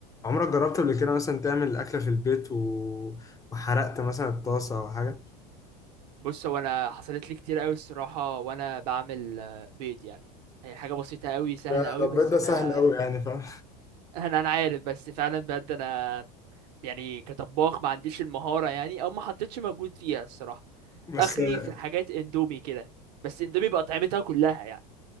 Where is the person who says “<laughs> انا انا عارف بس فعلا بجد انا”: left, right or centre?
Right